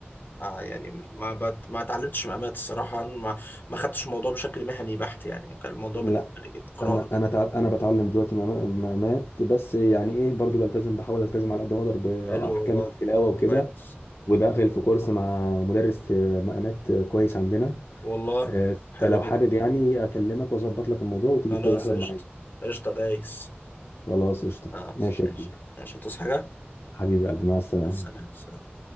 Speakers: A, on the left; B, on the left.
A: آه يعني ما بت... ما اتعلمتش مقامات الصراحه ما ما خدتش الموضوع بشكل مهني بحت يعني كان الموضوع
B: لا
A: بالنسبه لي قراءه
B: انا
A: كده
B: انا تع... انا بتعلم دلوقتي مقام- مقامات بس يعني ايه برضو بلتزم بحاول التزم على قد ما اقدر باحكام
A: حلو والله
B: التلاوه وكده
A: كويس
B: وداخل في كورس مع مدرس آه، مقامات آه، كويس عندنا
A: والله
B: آه،
A: حلو
B: فلو
A: جدا
B: حابب يعني اكلمك واظبط لك الموضوع وتيجي
A: خلاص
B: تحضر
A: قشطة
B: معايا
A: قشطة دايس
B: خلاص قشطه
A: خلاص
B: ماشي يا
A: ماشي
B: كبير
A: ماشي هتصحى حاجة؟
B: حبيبي يا قلبي مع السلامه
A: مع السلامة